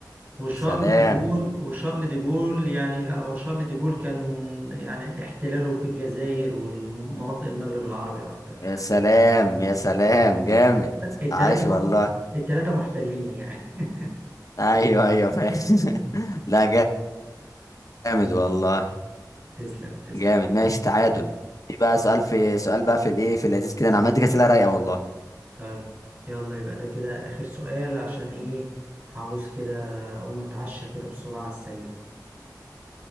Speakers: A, on the right (about 35°); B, on the left (about 50°).
A: وشارل
B: سلام
A: دي جول وشارل دي جول يعني لا هو شارل دي جول كان يعني احتلاله في الجزائر والمناطق المغرب العربي اكتر
B: يا
A: يعني
B: سلام يا سلام جامد
A: التلاتة
B: عاش
A: م-
B: والله
A: التلاتة محتلين يعني <laughs>
B: ايوه ايوه فاهم <laughs> لا جامد والله
A: تسلم تسلم
B: جامد ماشي تعادل يبقى سؤال في سؤال بقى في الايه في اللذيذ كده انا عملت كده اسئله رايقه والله
A: طيب يلا يبقى ده كده آخر سؤال عشان ايه هعوز كده أقوم أتعشى كده بسرعة على السريع